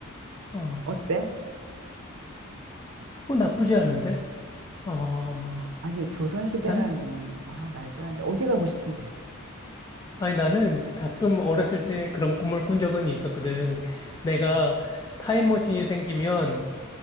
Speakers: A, on the left; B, on the right.
A: 어.
B: 어때?
A: 어, 나쁘지 않은데? 아,
B: 아니 조선 시대라니
A: 나,
B: 아 말도 안 돼. 어디 가고 싶은데?
A: 아니, 나는 가끔 어렸을 때 그런 꿈을 꾼 적은 있었거든. 내가 타임머신이 생기면